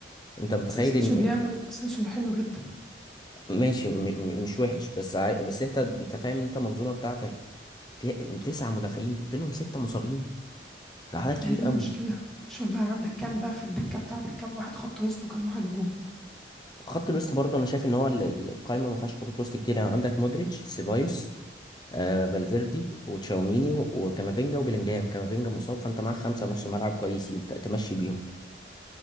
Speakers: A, on the left (about 25°); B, in the centre.
A: انت متخيل
B: بس اسينسيو
A: ان
B: بيعمل اسينسيو حلو جدا
A: ماشي م... م... مش وحش بس عاي... بس انت انت فاهم ان انت المنظومة بتاعتك فيها تسعة مدافعين فينهم ستة مصابين ده عدد كبير
B: هي دي
A: قوي
B: المشكلة شوف بقى عندك كام بقى في الدكة بتاعتك كام واحد خط وسط وكام واحد هجوم
A: خط الوسط برضه انا شايف ان هو ال- ال- القايمة ما فيهاش خطوط وسط كتير يعني عندك مودريتش سيبايوس آه فالفيردي وتشاوميني و- وكامافينجا وبيلينجهام كامافينجا مصاب فانت معاك خمسة نص ملعب كويسين ت- تمشي بيهم